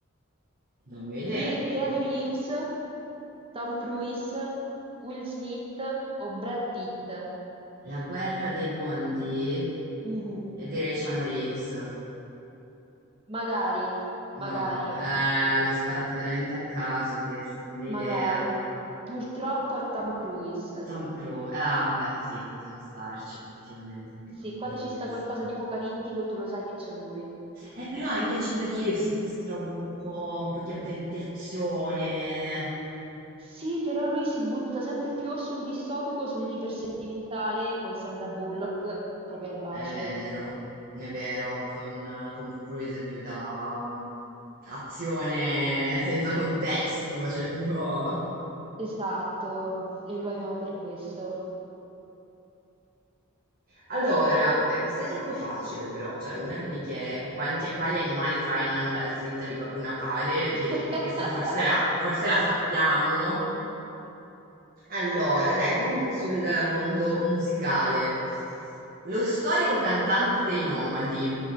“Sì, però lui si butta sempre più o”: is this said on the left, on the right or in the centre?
Right